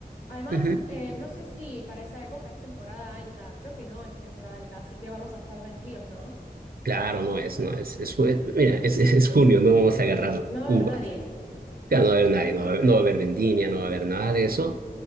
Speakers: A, on the left; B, on the right.
A: Además,
B: ujú,
A: eh, no sé si para esa época es temporada alta. Creo que no es temporada alta, así que vamos a estar tranquilos, ¿no?
B: Claro, no es, no es, es jue- mira, es, es, es junio, no vamos a agarrar
A: No va a
B: uvas.
A: haber nadie.
B: Claro, no va a haber nadie, no va a haber, no va a haber vendimia, no va a haber nada de eso.